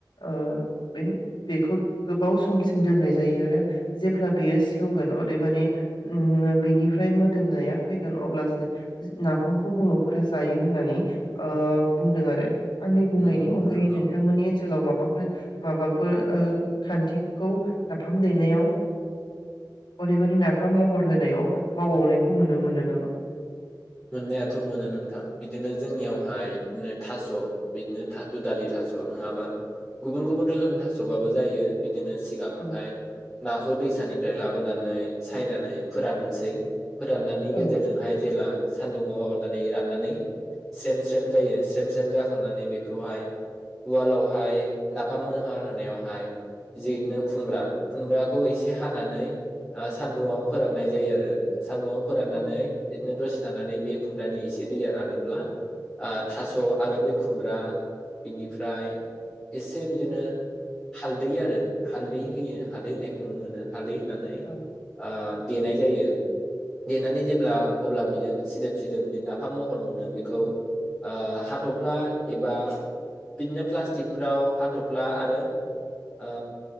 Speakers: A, on the left (about 80°); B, in the centre.
A: ओ बे बेखौ गोबाव समसिम दोननाय जायो आरो जेब्ला बेयो सेवगोन अदेबानि ओम बेनिफ्राय मोदोमनाया फैगोन अब्लासो नाफामखौ बर'फोरा जायो होननानै ओ बुंदों आरो आंनि बुंनायनि
B: नंगौ नोंथां
A: अनगायै
B: नंगौ
A: नोंथांमोननि ओनसोलाव माबाफोर माबाफोर ओ खान्थिखौ नाफाम देनायाव अदेबानि नाफाम महर होनायाव मावबावनायखौ नुनो मोनो नामा?
B: मोननायाथ' मोनो नोंथां बिदिनो जोंनियावहाय नो थास' बिदिनो थातुदालि थास' नङाबा गुबुन गुबुन रोखोम थास'बाबो जायो बि बिदिनो सिगांहाय
A: औ
B: नाखौ दैसानि फ्राय लाबोनानै सायनानै फोरानसै फोराननानि
A: औ
B: गेजेरजोंहाय जेला सान्दुङाव माबानानै राननानै स्रेम स्रेम जायो स्रेम स्रेम जाखांनानै बेखौहाय उवालावहाय नाफाम मोहार होनायावहाय जिदिनो खुम्ब्रा खुम्ब्राखौ एसे हानानै ओ सान्दुंङाव फोराननाय जायो आरो सान्दुंआव फोराननानै
A: औ
B: बिदिनो दसे थानानै बे खुमब्रानि एसे दैया रानोब्ला आ थास' आरो बे खुम्ब्रा बिनिफ्राय एसे बिदिनो हालदै आरो हालदै होयो हालदै होनायखौ नुनो मोनो हालदै होननानै
A: औ
B: ओ देनाय जायो। देनानै जेब्ला अब्ला बेजों सिदोब सिदोबनि नाफाम महर मोनो बेखौ ओ हाथ'फ्ला एबा बिदिनो प्लास्टिकफ्राव हाथ'फ्ला आरो ओ